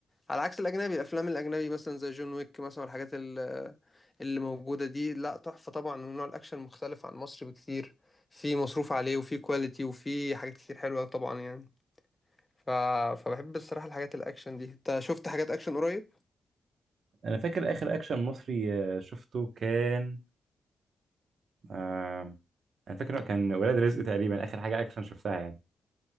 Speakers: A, on the left; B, on the right.
A: على عكس الاجنبي الافلام الاجنبي مثلا زي جون ويك مثلا الحاجات ال- اللي موجوده دي لا تحفه طبعا ونوع الاكشن مختلف عن مصر بكتير في مصروف عليه وفي كواليتي وفي حاجات كتير حلوه طبعا يعني ف... فبحب الصراحه الحاجات الاكشن دي انت شفت حاجات اكشن قريب
B: انا فاكر اخر اكشن مصري آه، شفته كان آه انا فاكر كان ولاد رزق تقريبا اخر حاجه اكشن شفتها يعني